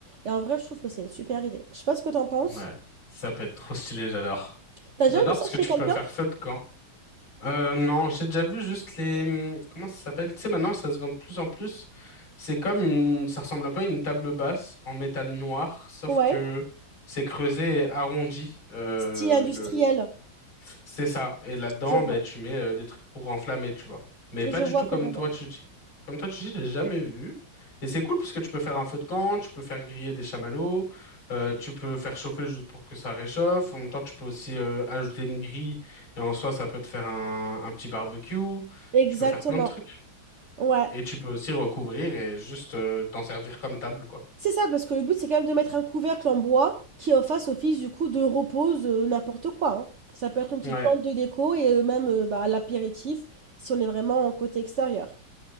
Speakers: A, on the right (about 55°); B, on the left (about 80°).
A: Et en vrai, je trouve que c'est une super idée. Je sais pas ce que t'en penses.
B: Ouais. Ça peut être trop stylé, j'adore.
A: T'as
B: J'adore
A: déjà vu ça
B: parce
A: chez
B: que tu
A: quelqu'un?
B: peux faire feu de camp. Euh, non, j'ai déjà vu juste les... hum, Comment ça s'appelle? Tu sais, maintenant, ça se vend de plus en plus. C'est comme une... Ça ressemble un peu à une table basse en métal noir, sauf
A: Ouais.
B: que c'est creusé et arrondi, euh,
A: Style industriel.
B: le... C'est ça. Et là-dedans,
A: Je vois.
B: ben, tu mets euh, des trucs pour enflammer, tu vois. Mais
A: Je
B: pas du
A: vois
B: tout
A: carrément.
B: comme toi, tu dis. Comme toi, tu dis, j'ai jamais vu. Et c'est cool parce que tu peux faire un feu de camp, tu peux faire griller des chamallows, euh, tu peux faire chauffer juste pour que ça réchauffe. En même temps, tu peux aussi euh, ajouter une grille et en soi, ça peut te faire un, un petit barbecue.
A: Exactement.
B: Tu peux faire plein de trucs.
A: Ouais.
B: Et tu peux aussi recouvrir et juste euh, t'en servir comme table, quoi.
A: C'est ça, parce que le but, c'est quand même de mettre un couvercle en bois qui en fasse office du coup de repose, heu, n'importe quoi, hein. Ça peut être une petite
B: Ouais.
A: plante de déco et heu, même, heu, bah, l'apéritif si on est vraiment en côté extérieur.